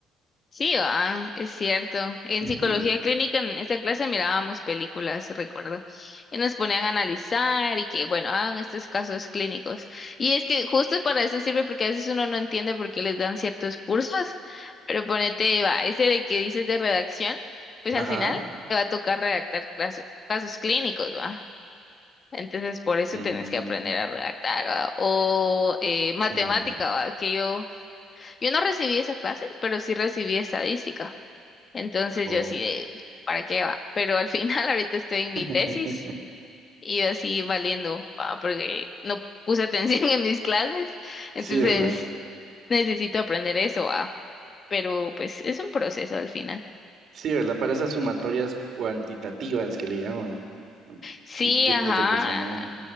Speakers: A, on the left (about 40°); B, on the right (about 60°).
A: Sí, ah, es cierto. En
B: Ujú.
A: psicología clínica, en esta clase mirábamos películas, recuerdo, y nos ponían a analizar y que, bueno, hagan estos casos clínicos. Y es que justo para eso sirve porque a veces uno no entiende por qué les dan ciertos cursos, pero ponete, va, ese de que dices de redacción, pues
B: Ajá.
A: al final te va a tocar redactar claso- casos clínicos, va. Entonces, por eso
B: Mm,
A: tenés que aprender a redactar, ¿va? O eh, matemática,
B: sí, ¿verdad?
A: ¿va? Que yo, yo no recibí esa clase, pero sí recibí estadística. Entonces
B: Oh,
A: yo así de, ¿para qué va? Pero al final <laughs> ahorita estoy en mi tesis
B: <laughs>
A: y yo así valiendo, pa, porque no puse atención <laughs> en mis clases, entonces
B: Sí, ¿verdad?
A: necesito aprender eso, va. Pero pues es un proceso al final.
B: Sí, ¿verdad? Para esas sumatorias cuantitativas que le llaman,
A: Sí,
B: y tipos
A: ajá.
B: de personal.